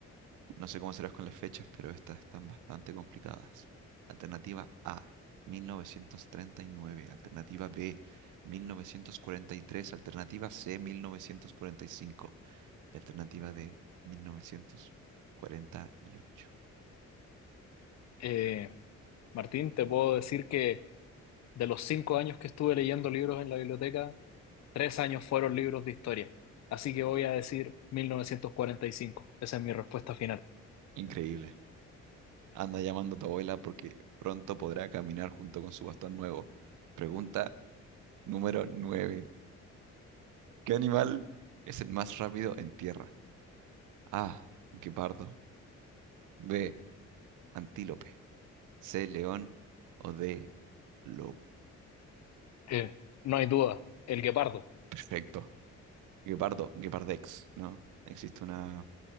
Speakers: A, on the right; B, on the left.
A: No sé cómo serás con las fechas, pero estas están bastante complicadas. Alternativa A, 1939. Alternativa B, 1943. Alternativa C, 1945. Y cinco. Y alternativa D, 1948.
B: Eh, Martín, te puedo decir que de los cinco años que estuve leyendo libros en la biblioteca, tres años fueron libros de historia. Así que voy a decir 1945. Esa es mi respuesta final.
A: Increíble. Anda llamando a tu abuela porque pronto podrá caminar junto con su bastón nuevo. Pregunta número 9. ¿Qué animal es el más rápido en tierra? A, guepardo. B, antílope. C, león o D, lobo.
B: Eh, no hay duda, el guepardo.
A: Perfecto. Guepardo, Guepardex, ¿no? Existe una